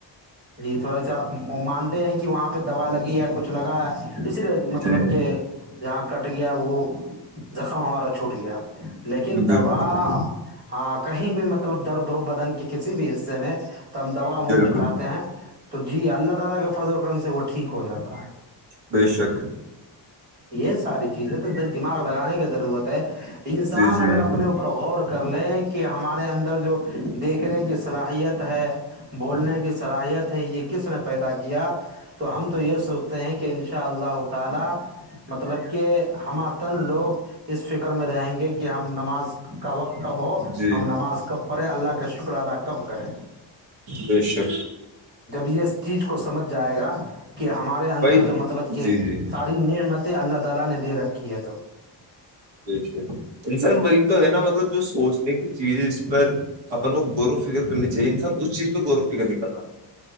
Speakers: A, on the right; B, on the right.
A: جی تھوڑا سا مانتے ہیں کہ وہاں پہ تو دوا لگی ہے <inaudible>
B: جی بالکل بالکل
A: ٹھیک ہو جاتا ہے
B: بے شک
A: یہ ساری چیزیں تو دماغ لگانے کی ضرورت ہے انسان
B: جی جی
A: اگر اپنے اوپر غور کر لیں کہ ہمارے اندر جو دیکھنے کی صلاحیت ہے بولنے کی صلاحیت ہے یہ کس نے پیدا کیا تو ہم تو یہ سوچتے ہیں کہ ان شاء اللہ تعالا مطلب کہ ہمات لوگ اس فکر میں رہیں گے کہ ہم نماز کق کب ہو
B: جی
A: ہم نماز کب پڑے اللہ کا شکر ادا کب کریں
B: بے شک
A: یہ اس چیز کو سمجھ جائے گا کہ کہ ہمارے اندر
B: بھائی جی
A: جو مطلب کہ
B: جی
A: ساری نعمتیں اللہ تعالا نے دے رکھی ہے تو
B: بے شک انسان وہی تو ہے نا مطلب جو سوچنے کی چیز اس پر اپن کو غور و فکر کرنی چاہیے انسان اس چیز پہ غور و فکر نہیں کر رہا